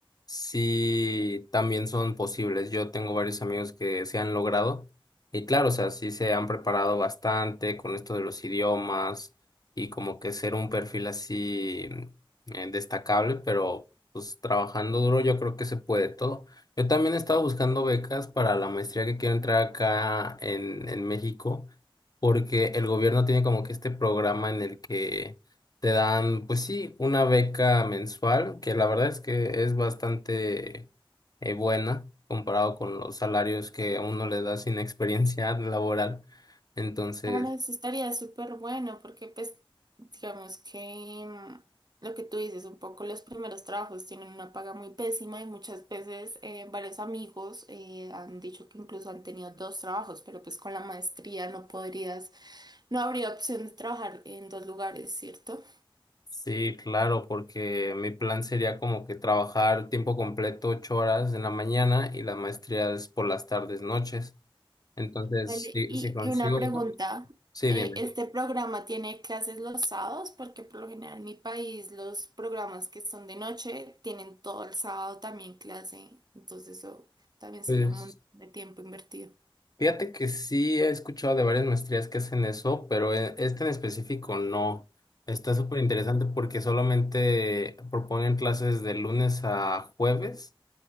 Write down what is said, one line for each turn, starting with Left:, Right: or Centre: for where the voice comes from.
Left: sí también son posibles. Yo tengo varios amigos que se han logrado y claro, o sea, sí se han preparado bastante con esto de los idiomas y como que ser un perfil así eh, destacable, pero pues trabajando duro yo creo que se puede todo. Yo también estaba buscando becas para la maestría que quiero entrar acá en, en México porque el gobierno tiene como que este programa en el que te dan, pues sí, una beca mensual, que la verdad es que es bastante eh, buena comparado con los salarios que a uno le da sin experiencia <laughs> laboral. Entonces,
Right: Claro, eso estaría súper bueno porque pues digamos que mm, lo que tú dices, un poco los primeros trabajos tienen una paga muy pésima y muchas veces eh, varios amigos eh, han dicho que incluso han tenido dos trabajos, pero pues con la maestría no podrías, no habría opción de trabajar en dos lugares, ¿cierto?
Left: sí, claro, porque mi plan sería como que trabajar tiempo completo, ocho horas en la mañana y la maestría es por las tardes, noches. Entonces,
Right: Vale,
Left: si,
Right: y,
Left: si consigo,
Right: y una pregunta.
Left: ¿no? sí,
Right: eh,
Left: dime.
Right: ¿este programa tiene clases los sábados? Porque por lo general en mi país los programas que son de noche tienen todo el sábado también clase. Entonces eso también sería
Left: Pues
Right: un montón de tiempo invertido.
Left: Fíjate que sí he escuchado de varias maestrías que hacen eso, pero e- esta en específico no. Está súper interesante
Right: Sí.
Left: porque solamente proponen clases de lunes a jueves.